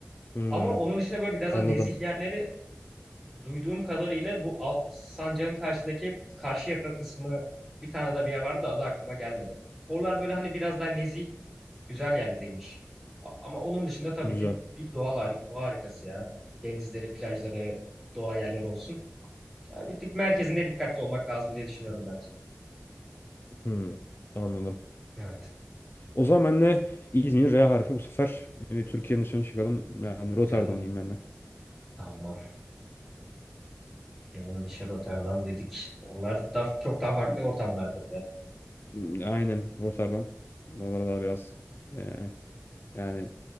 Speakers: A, on the left; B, in the centre.
A: hmm.
B: Ama onun dışında böyle biraz da
A: Anladım.
B: nezih yerleri duyduğum kadarıyla bu Al- Sancak'ın karşıdaki Karşıyaka kısmı bir tane daha bir yer vardı da adı aklıma gelmedi. Oralar böyle hani biraz daha nezih güzel yerlerdeymiş. A- Ama onun dışında tabii
A: Güzel.
B: ki bir doğal harik, doğa harikası ya. Denizleri, plajları, doğa yerleri olsun. Yani bir tık merkezinde dikkatli olmak lazım diye düşünüyorum bence.
A: Hmm, Anladım.
B: Evet.
A: O zaman ben de İzmir R harfi bu sefer e, Türkiye'nin dışına çıkalım. Yani Rotterdam
B: Çıkalım.
A: diyeyim ben de.
B: Tamam. Benim dışı Rotterdam dedik. Oralar da çok daha farklı ortamlardır ya.
A: Hmm, Aynen Rotterdam. Oralara daha biraz e, yani